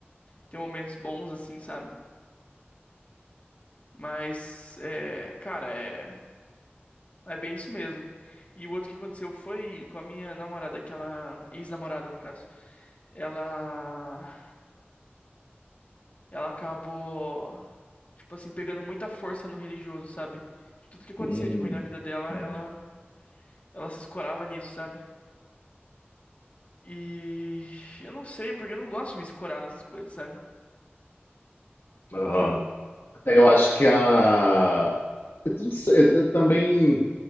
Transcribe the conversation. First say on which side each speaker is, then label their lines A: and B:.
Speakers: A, on the left; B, on the left.
A: ter momentos bons, assim, sabe? Mas, é, cara, é, é bem isso mesmo. E o outro que aconteceu foi com a minha namorada, que ela, ex-namorada, no caso. Ela, ela acabou, tipo assim, pegando muita força no religioso, sabe? De tudo que acontecia
B: Hum,
A: de ruim na vida dela,
B: uhum.
A: ela, ela se escorava nisso, sabe? E eu não sei, porque eu não gosto de me escorar nessas coisas, sabe?
B: Aham. Eu acho que a eu não sei, eu ta- também